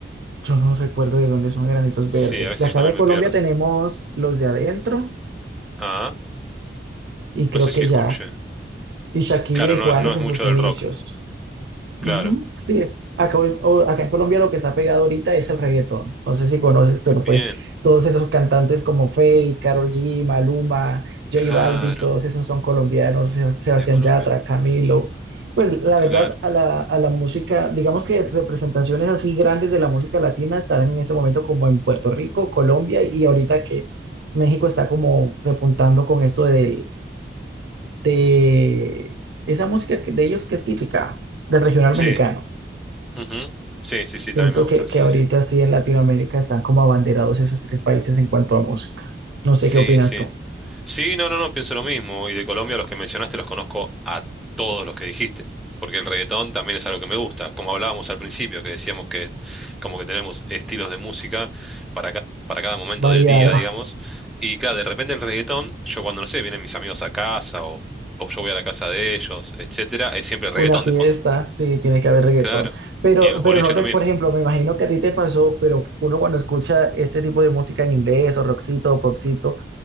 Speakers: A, on the right; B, in the centre.
A: Yo no recuerdo de dónde son Enanitos
B: Sí,
A: Verdes.
B: a veces
A: De acá
B: yo también
A: de Colombia
B: me pierdo.
A: tenemos los de adentro
B: Ah,
A: y creo
B: no sé
A: que
B: si escuché.
A: ya. Y Shakira
B: Claro,
A: y
B: no,
A: Juanes
B: es- no es
A: en
B: mucho
A: sus inicios.
B: del rock,
A: Ujú,
B: claro.
A: Sí, acá, ahor- o- acá en Colombia lo que está pegado ahorita es el reggaetón. No sé si conoces, pero
B: Bien,
A: pues todos esos cantantes como Feid, Karol G, Maluma, J
B: claro.
A: Balvin, todos esos son colombianos, Seb- Sebastián
B: de Colombia.
A: Yatra, Camilo. Pues la
B: Claro.
A: verdad, a la, a la música, digamos que representaciones así grandes de la música latina estarán en ese momento como en Puerto Rico, Colombia y ahorita que México está como repuntando con esto de, de esa música que- de ellos que es típica del regional
B: Sí.
A: mexicano.
B: ujú. Sí, sí, sí,
A: Siento
B: también me gusta.
A: que, que
B: Sí,
A: ahorita
B: sí, sí.
A: sí en Latinoamérica están como abanderados esos tres países en cuanto a música. No sé
B: Sí,
A: qué opinas
B: sí.
A: tú.
B: Sí, no, no, no, pienso lo mismo. Y de Colombia los que mencionaste los conozco a todos los que dijiste. Porque el reggaetón también es algo que me gusta. Como hablábamos al principio, que decíamos que como que tenemos estilos de música para, ca- para cada momento
A: Variado,
B: del día, digamos. Y claro, de repente el reggaetón, yo cuando no sé, vienen mis amigos a casa o, o yo voy a la casa de ellos, etcétera, es
A: <laughs>
B: siempre reggaetón
A: una fiesta,
B: de fondo.
A: sí, tiene que haber reggaetón.
B: Claro.
A: Pero,
B: Y en los
A: pero
B: boliches
A: no te,
B: lo mismo.
A: por ejemplo, me imagino que a ti te pasó, pero uno cuando escucha este tipo de música en inglés o rockcito o popcito,